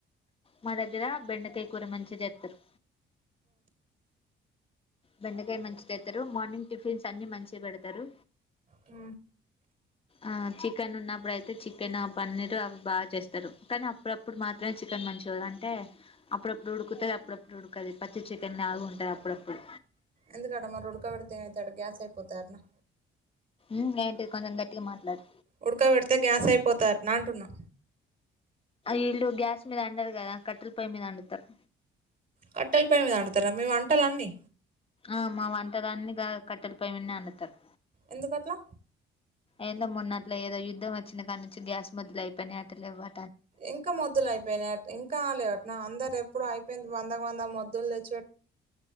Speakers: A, on the left; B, on the right.
A: మా దగ్గర బెండకాయ కూర మంచి చెత్తారు బెండకాయ మంచిగ చెతరు మార్నింగ్ టిఫిన్స్ అన్ని మంచిగ పెడతారు
B: ఆ
A: ఆ చికెన్ ఉన్నప్పుడు అయితే చికెన్ పన్నీర్ అవి బాగా చేస్తారు కానీ అప్పుడప్పుడు మాత్రమే చికెన్ మంచి అంటే అప్పుడప్పుడు ఉడుకుతది అప్పుడప్పుడు ఉడుకది పచ్చి చికెన్ లా గుంట అప్పుడప్పుడు
B: ఎందుకడ మరి ఉడకబెడితే ఏమవుతాడ గ్యాస్ అయిపోతాడంటనా
A: ఉమ్ ఏంటి కొంచెం గట్టిగా మాట్లాడు
B: ఉడకబెడితే గ్యాస్ అయిపోతా అట్న అంటున్నా
A: ఈల్ళు గ్యాస్ మీద అండరు కదా కట్టెల పొయ్యే మీద అండుతారు
B: కట్టెల పోయ మీద అండుతారా మీ వంటలన్నీ
A: ఆ మా వంటలన్ని గా కట్టెల పొయి మీదనే అండుతారు
B: ఎందుకట్ల
A: ఏందో మొన్న అట్ల ఏదో యుద్ధం వచ్చిన కా నుంచి గ్యాస్ మొదలు అయిపోయి అంట లెవ్వం
B: ఇంకా మొద్దులు అయిపోయినాయి ఇంకాలె అట్న అందరు ఎప్పుడు అయిపోయింది వందకు వంద మొద్దులు తె